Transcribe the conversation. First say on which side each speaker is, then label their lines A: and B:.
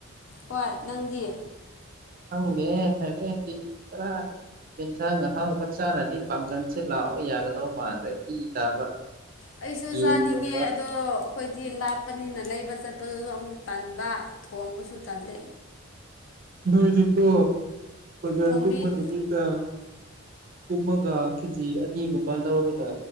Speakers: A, on the left; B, on the right.
A: ꯍꯣꯏ ꯅꯪꯗꯤ
B: ꯍꯪꯗꯦ ꯍꯥꯏꯔꯦꯗꯤ ꯈꯔ ꯌꯦꯟꯁꯥꯡ ꯑꯍꯥꯎꯕ ꯆꯥꯅꯗꯤ ꯄꯥꯡꯒꯟ ꯁꯦ ꯂꯥꯛꯑꯣ ꯌꯥꯒꯗꯧ ꯃꯥꯟꯗ꯭ꯔꯦ ꯏ ꯇꯥꯕ
A: ꯑꯩꯁꯨ
B: ꯌꯦꯟꯒꯨꯝꯕ
A: ꯆꯥꯅꯤꯡꯉꯦ ꯑꯗꯣ ꯑꯩꯈꯣꯏꯗꯤ ꯂꯥꯞꯄꯅꯤꯅ ꯂꯩꯕ ꯆꯠꯄꯗꯨꯁꯨ ꯑꯃꯨꯛ ꯇꯟꯕ ꯊꯣꯡꯕꯁꯨ ꯇꯜꯜꯂꯤ
B: ꯅꯏꯗꯤꯀꯣ ꯖꯔ
A: ꯊꯣꯡꯕꯤ
B: ꯀ ꯃꯥꯟꯨ ꯃꯦꯇꯥ ꯀꯨꯝꯃꯒ ꯀꯦꯖꯤ ꯑꯅꯤꯒꯨꯝꯕ ꯂꯧꯔꯒ